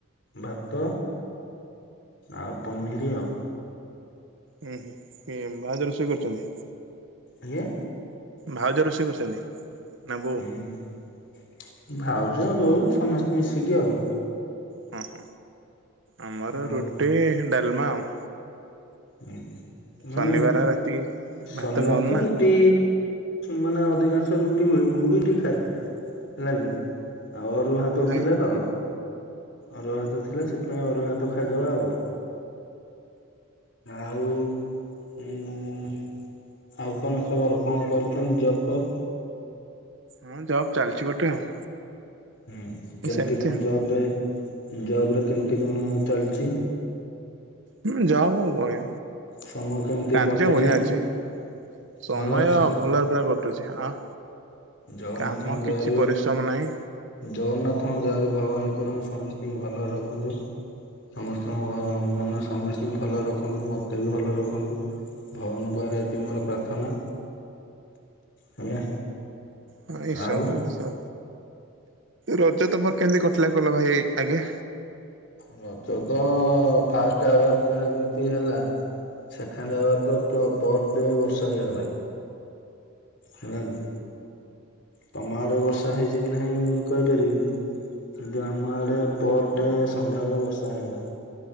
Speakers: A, on the left; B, on the right.
A: ଭାତ ଆଉ ପନିର ଆଉ।
B: ହୁଁ ହୁଁ। ଏ ଭାଉଜ ରୋଷେଇ କରୁଛନ୍ତି।
A: ଆଜ୍ଞା।
B: ଭାଉଜ ରୋଷେଇ କରୁଛନ୍ତି। ନା ବୋଉ?
A: ହୁଁ ଭାଉ ଜ ବୋଉ ସମସ୍ତେ ମିଶିକି ଆଉ।
B: ହ ହଁ। ଆମର
A: ଆଉ
B: ରୁଟି ଡାଲମା ଆଉ।
A: ହୁଁ। ମାନେ
B: ଶନିବାର ରାତି
A: ଶନିବାର
B: ଭାତ ଖାଉନୁ
A: ତ
B: ନା
A: ରୁଟି ମାନେ ଅଧିକାଂଶ ରୁଟି ହୁଏ ମୁଁ ବି ଖାଏ ହେଲା କି। ଆଉ ଅରୁଆ ଭାତ
B: ହଁ
A: ଥିଲା ତ ଅରୁଆ ଭାତ ଥିଲା ସେଥିପାଇଁ ଅରୁଆ ଭାତ ଖାଇଦବା ଆଉ। ଆଉ? ଉଁ ଆଉ କଣ ଖବର କଣ କରୁଚନ୍ତି ଜପ୍ ଫବ୍?
B: ହଁ ଜବ୍ ଚାଲିଚି ଗୋଟେ ଆଉ।
A: ହୁଁ କେମିତି
B: ସେମିତି
A: କଣ ଜବ୍ ରେ? ଜବ୍ ରେ କେମିତି କଣ ଚାଲିଚି?
B: ହୁଁ ଜବ୍ ବଢିଆ
A: ସମୟ କେମିତି
B: କାର୍ଯ୍ୟ
A: କଟୁଛି
B: ବଢିଆ ଅଛି ସମୟ
A: ଭଲ ଅଛି?
B: ଭଲରେ ପୁରା କଟୁଛି ଆ
A: ଜଗନ୍ନାଥଙ୍କ
B: କାମ କିଛି
A: ଦୟାରୁ
B: ପରିଶ୍ରମ ନାହିଁ
A: ଜଗନ୍ନାଥଙ୍କ ଦୟା ରୁ ଭଗବାନ କରନ୍ତୁ ସମସ୍ତଙ୍କୁ ଭଲ ରଖନ୍ତୁ ସମସ୍ତଙ୍କୁ ଘ ମାନେ ସମସ୍ତଙ୍କୁ ଭଲ ରଖନ୍ତୁ। ମୋତେ ବି ଭଲ ରଖନ୍ତୁ। ଭଗବାନଙ୍କ ପାରେ ଏତି ମୋର ପ୍ରାର୍ଥନା ହେଲା।
B: ହଁ ଇଶ
A: ଆଉ
B: <unintelligible> ସ ରଜ ତମର କେମିତି କଟିଲା କହିଲ ଭାଇ ଆଗେ?
A: ରଜ ତ ଫାଷ୍ଟ ଆୱାର ଯାହା ଯେମତି ହେଲା, ସେକେଣ୍ଡ ଆୱାର ତ ପର୍ ଡେ ବର୍ଷା ହେଇଗଲା। ହେଲା କି? ତମ ଆଡେ ବର୍ଷା ବର୍ଷା ହେଇଚି କି ନାହିଁ କହିପାରିବିନି କିନ୍ତୁ ଆମ ଆଡ଼େ ପର ଡେ ସନ୍ଧ୍ୟାବେଳେ ବର୍ଷା ହେଇଗଲା।